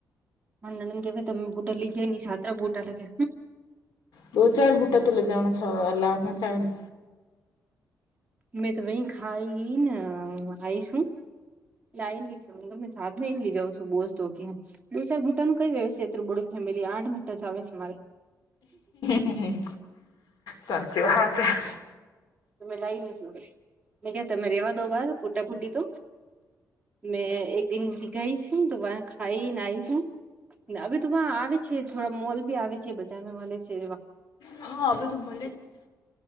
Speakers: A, on the right; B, on the left.
A: નણંદ કેવાય તમે બૂટા લઈ જયા સાત્ર બૂટા લાગે
B: દો ચાર બૂટા તો લગજાના લાવના થાયને
A: મેં તો વહી ખાઈ ને આઈશ હું. લાઈ હી છું હું ગમે સાત લઈ જઉં છું બોસ તો ક્યા દ ચાર બૂટા નું કઈ વ્યવું બડું ફેમિલી આઠ બૂટા જ આવે છે, મારે
B: હમ્મ સાચું હા.
A: તો મેં લાઈ નહી છ મેં કતા મેં રેવા દો બાર ફૂટા ભૂટી તો. મેં એક દિન ભી ગઈ છું તોબા ખાઈ નાઈ હું. હવે તો આવે છે થોડા મોલ બી આવે છે બજારમાં મળ છે,
B: હા હવે તો મળે છે